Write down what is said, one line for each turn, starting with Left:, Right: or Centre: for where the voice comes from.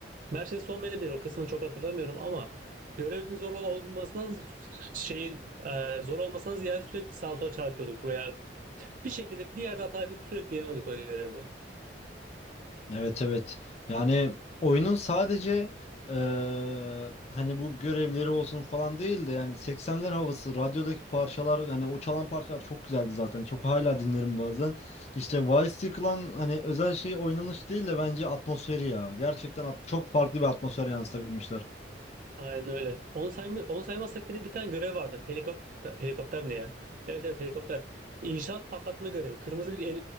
Right: Mercedes olmayabilir. O kısmını çok hatırlamıyorum ama görevin zor olmasından şey e, zor olmasından ziyade sürekli sağa sola çarpıyorduk veya bir şekilde bir yerde hata yapıp sürekli yeniyorduk o görevde.
Left: Evet evet. Yani oyunun sadece eee, hani bu görevleri olsun falan değil de yani 80'ler havası, radyodaki parçalar yani o çalan parçalar çok güzeldi zaten. Çok hala dinlerim bazen. İşte Vice City Clan hani özel şey oynanış değil de bence atmosferi ya. Gerçekten at- çok farklı bir atmosfer yansıtabilmişler.
Right: Aynen öyle. Onu, sayma, onu saymazsak bir de bir tane görev vardı. Helikopter, helikopter ne ya? Evet evet helikopter. İnşaat patlatma görevi. Kırmızı bir el,